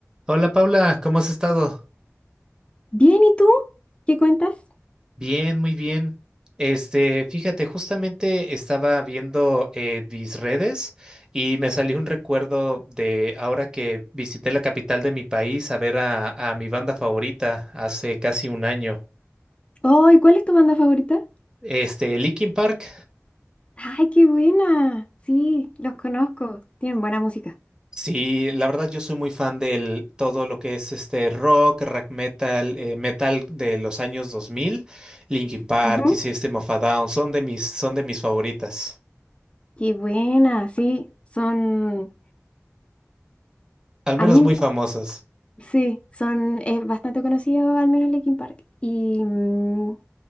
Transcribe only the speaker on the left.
Bien, ¿y tú? ¿Qué cuentas?
Oh, ¿y cuál es tu banda favorita?
¡Ay, qué buena! Sí, los conozco. Tienen buena música.
Ujú.
Qué buena, sí. Son,
a
mí,
sí, son, es bastante conocido, al menos Linkin Park. Y mm,